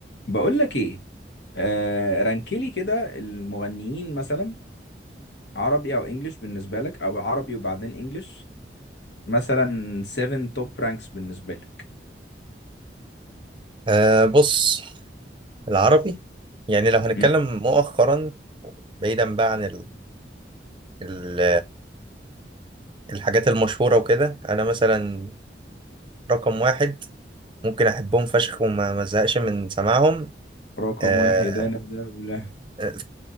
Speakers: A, on the left; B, on the right.
A: بقول لك ايه آه رانكلي كده المغنيين مثلا عربي او انجليش بالنسبه لك او عربي وبعدين انجليش مثلا 7 توب رانكس بالنسبه لك
B: أه بص العربي يعني لو هنتكلم
A: مم.
B: مؤخرا بعيدا بقى عن ال ال الحاجات المشهورة وكده أنا مثلا رقم واحد ممكن أحبهم فشخ وما ما ازهقش من سماعهم
A: رقم
B: أه
A: واحد انا ده ولا
B: <laughs>